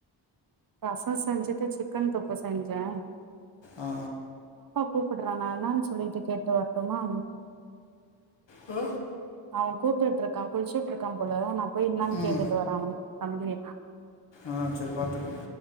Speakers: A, on the right; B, on the left.
A: ரசம் செஞ்சுட்டு சிக்கன் தொக்க செஞ்சேன்
B: ஆ
A: கூப்பிட்ற நா இன்னான் சொல்லிக்கிட்டு கேட்டு அப்றமா
B: ஆ
A: அவ கூப்டுட்டு இருக்கா குளிச்சுட்டு இருக்கா போல நா போய் கேட்டுட்டு என்னான்
B: ம்
A: கேட்டுட்டு வரேன் அவன் தம்பி
B: ஆ சரி பாத்துருங்க